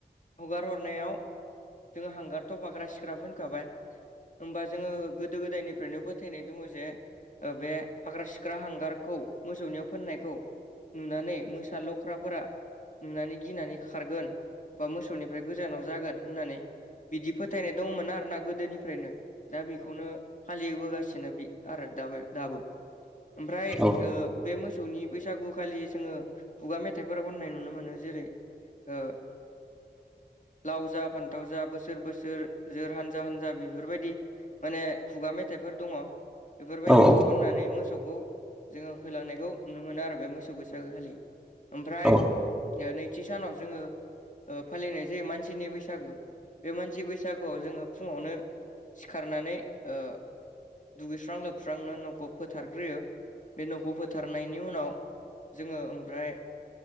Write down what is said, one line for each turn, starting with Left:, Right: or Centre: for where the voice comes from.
Left: हगार हरनायाव जोङो हांगार थफाग्रा सिख्रा फोनखाबाय होमबा जोङो गोदो गोदायनिफ्रायनो फोथायनाय दङ जे ओ बे फाग्रा सिख्रा हांगारखौ मोसौनियाव फोननायखौ नुनानै मोसा लख्राफोरा नुनानै गिनानै खारगोन बा मोसौनिफ्राय गोजानाव जागोन होननानै। बिदि फोथायनाय दंमोन आरोना गोदोनिफ्रायनो। दा बेखौनो फालिबोगासिनो आरो दाबो दाबो। ओमफ्राय
Centre: औ
Left: ओ बे मोसौनि बै सागु खालि जोङो खुगा मेथाइफोर खननाय नुनो मोनो जेरै ओ
Centre: <inaudible>
Left: लाव जा, फान्थाव जा, बोसोर बोसोर जोर, हानजा हानजा, बेफोरबायदि माने खुगा मेथाइ फोर दङ बेफोरबायदिखौ
Centre: औ औ
Left: खननानै मोसौखौ जोङो होलांनायखौ नुनो मोनो आरो बे मोसौ बैसागोखालि। ओमफ्राय
Centre: औ
Left: नैथि सानाव जोङो ओ फालिनाय जायो मानसिनि बैसागो बे मानसि बैसागोआव जोङो फुङावनो सिखारनानै ओ दुगैस्रां लोबस्रांनो न'ख ख फोथारग्रोयो बे न'खौ फोथारनायनि उनाव जोङो ओमफ्राय